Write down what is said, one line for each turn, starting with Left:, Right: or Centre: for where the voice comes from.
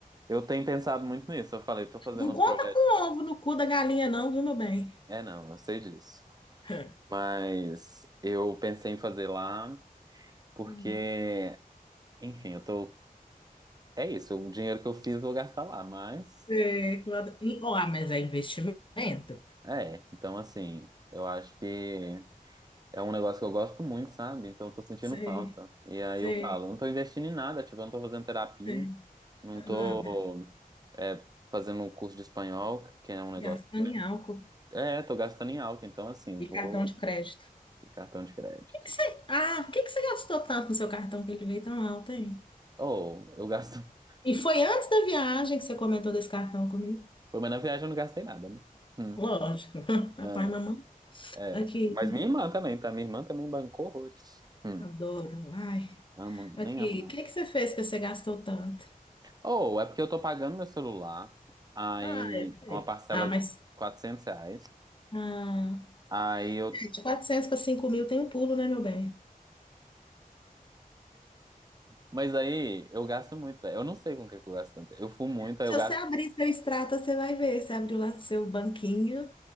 Right: eu tenho pensado muito nisso. Eu falei, tô fazendo
Left: Não
Right: uns
Left: conta
Right: projetos.
Left: com ovo no cu da galinha, não, viu, meu bem?
Right: É, não, eu sei disso.
Left: <laughs>
Right: Mas eu pensei em fazer lá porque,
Left: Hum.
Right: enfim, eu tô. É isso, o dinheiro que eu fiz eu vou gastar lá, mas.
Left: É, claro. E- Ó, ah, mas é investimento.
Right: É, então assim, eu acho que é um negócio que eu gosto muito, sabe? Então eu tô sentindo
Left: Sei,
Right: falta. E aí
Left: sei,
Right: eu falo, não tô investindo em nada, tipo, eu não tô fazendo terapia,
Left: sei.
Right: não tô
Left: Nada.
Right: é, fazendo um curso de espanhol, que é um negócio
Left: Gastando
Right: que, né?
Left: em álcool
Right: É, tô gastando em álcool, então assim,
Left: e
Right: vou
Left: cartão de crédito.
Right: e cartão de crédito.
Left: que que você, ah, por que que você gastou tanto no seu cartão que ele veio tão alto, hein?
Right: Ou eu gasto. <laughs>
Left: E foi antes da viagem que você comentou desse cartão comigo?
Right: Pô, mas na viagem eu não gastei nada, né? Hum,
Left: Lógico. <laughs> Papai
Right: ah,
Left: e mamãe.
Right: é.
Left: Aqui,
Right: Mas minha irmã também, tá? Minha irmã também bancou horrores. Hum,
Left: adoro. Ai,
Right: amo,
Left: aqui,
Right: nem amo, não.
Left: o que que você fez que você gastou tanto?
Right: Ou é porque eu tô pagando meu celular, aí
Left: Ah, é,
Right: é uma
Left: é.
Right: parcela
Left: Ah, mas.
Right: de 400 reais,
Left: Ah,
Right: aí eu...
Left: de 400 para 5 mil tem um pulo, né, meu bem?
Right: Mas aí eu gasto muito, velho. Eu não sei com o que que eu gasto tanto. Eu fumo muito,
Left: Se
Right: aí eu gasto...
Left: você abrir seu extrato, você vai ver. Você abriu lá seu banquinho,